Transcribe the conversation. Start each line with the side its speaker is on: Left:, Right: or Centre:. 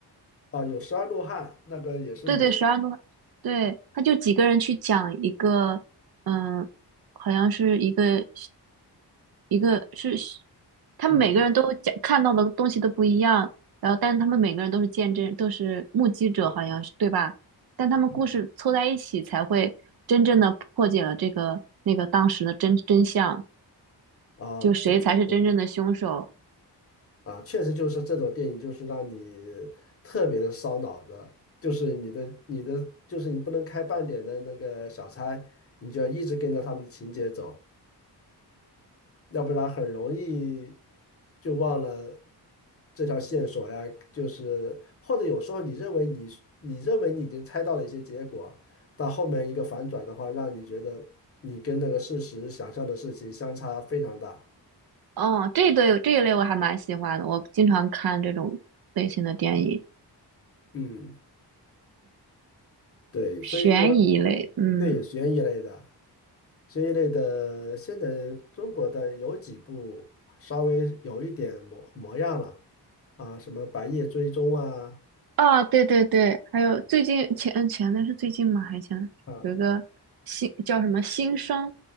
Left: 啊，有《十二怒汉》，那个也是美，
Right: 对对，十二怒汉对，他就几个人去讲一个，嗯，好像是一个一个是他们每个人都讲看到的东西都不一样，
Left: 嗯，
Right: 然后但是他们每个人都是见证，都是目击者，
Left: 对，
Right: 好像是对吧？但他们故事凑在一起才会真正的破解了这个那个当时的真真相，
Left: 嗯。啊，
Right: 就谁才是真正的凶手。
Left: 对对对，啊，确实就是这种电影，就是让你特别的烧脑子，就是你的你的，就是你不能开半点的那个小差，你就要一直跟着他们的情节走，要不然很容易就忘了这条线索呀，就是或者有时候你认为你是你认为你已经猜到了一些结果，但后面一个反转的话，让你觉得你跟那个事实想象的事情相差非常大。
Right: 哦，这一对这一类我还蛮喜欢的，我经常看这种类型的电影。
Left: 嗯。对，
Right: 悬疑类，
Left: 所以说
Right: 嗯，
Left: 对悬疑类的，悬疑类的，现在中国的有几部稍微有一点模模样了啊，什么《白夜追踪》啊，
Right: 啊，对对对，还有最近前前段是最近吗？还前有一个新叫什么新生，
Left: 啊，